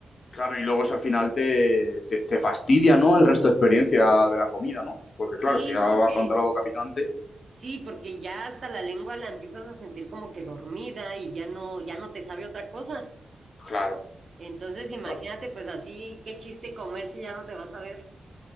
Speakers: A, on the left; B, on the right.
A: Claro, y luego eso al final te, te, te fastidia, ¿no? El resto de experiencia de la comida, ¿no? Porque
B: Sí,
A: claro, si ya va
B: porque
A: con toda la boca picante.
B: sí, porque ya hasta la lengua la empiezas a sentir como que dormida y ya no ya no te sabe otra cosa.
A: Claro,
B: Entonces, imagínate
A: claro.
B: pues así, qué chiste comer si ya no te vas a ver.